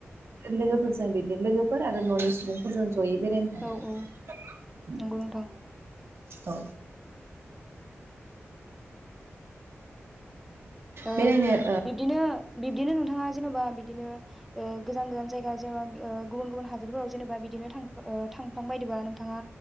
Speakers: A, on the right; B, in the centre.
A: लोगोफोरजों बिदि लोगोफोर आरो न'नि सुबुंफोरजों जयै बेरायनो थाङो
B: औ औ
A: उम
B: नंगौ नोंथां
A: औ।
B: ओ
A: बेरायनो औ
B: बिब्दिनो बिब्दिनो नोंथाङा जेन'बा बि दिनो ओ गोजान गोजान जायगा जेनेबा ओ गुबुन गुबुन हादरफोराव जेनेबा बिदिनो थां ओ थांफ्लांबायदोंबा नोंथाङा